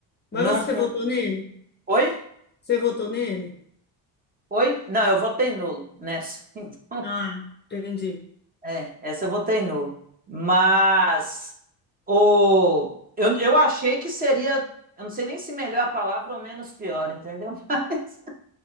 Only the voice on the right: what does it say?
Não.
Oi?
Oi? Não, eu votei nulo nessa. <laughs> Então,
é, essa eu votei nulo. Mas o eu, eu achei que seria, eu não sei nem se melhor a palavra ou menos pior, entendeu? <laughs> Mas,